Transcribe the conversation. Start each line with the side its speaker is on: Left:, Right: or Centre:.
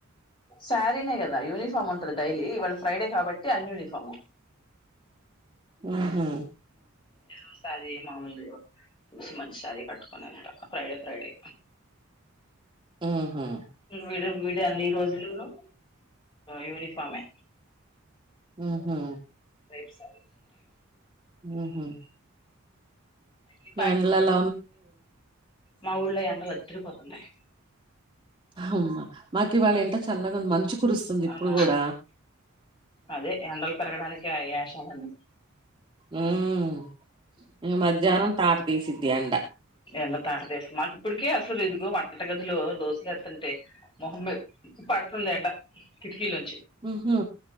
Left: సారీ నే కదా యూనిఫార్మ్ ఉంటు డైలీ ఇవాళ ఫ్రైడే కాబట్టి అన్ యూనిఫాము
Right: ఊహు
Left: ఏదో శారీ మామూల్ది చూసి మంచి శారీ కట్టుకుని ఫ్రైడే ఫ్రైడే
Right: ఉహు
Left: <inaudible> అన్ని రోజులు ను యూనిఫామే
Right: ఊహు
Left: రేపు శారీస్ ఉంటాయి
Right: ఉహు
Left: అవి
Right: ఫ్యాన్ల <inaudible>
Left: మాఊళ్లో ఎండల అధ్రి పోతున్నాయి
Right: హమ్మా మాకివాళ ఏంట చల్లగా మంచు కురుస్తుంది
Left: అవునా
Right: ఇప్పుడు కూడ
Left: అదే ఎండల్ పెరగడానికి ఆ ఏషాలన్ని
Right: ఉమ్ ఇక మధ్యాహ్నం తాట తీసిద్దిి ఎండ
Left: ఎండ తాటతేస్త మాక్ ఇప్పటికే అసలు ఇదుగో వంటగదిలో దోశలు ఎత్తుంటే మొహమ్మద్ పడుతుండె ఎండ కిటికీలోంచి
Right: ఉహు